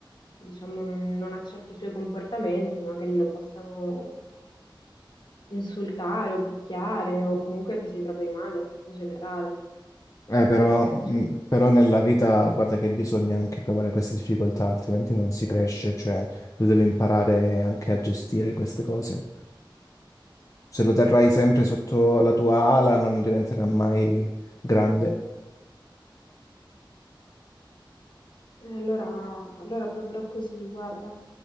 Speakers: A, on the left; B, on the left.
A: Diciamo, non, non accetti i suoi comportamenti, magari lo possano insultare o picchiare o comunque che si trovi male in generale,
B: Eh,
A: perché
B: però, mh,
A: cioè,
B: però nella vita, guarda che bisogna anche provare queste difficoltà, altrimenti non si cresce, cioè tu devi imparare anche a gestire queste cose. Se lo terrai sempre sotto la tua ala, non diventerà mai grande.
A: eh, allora, allora proverò così, guarda,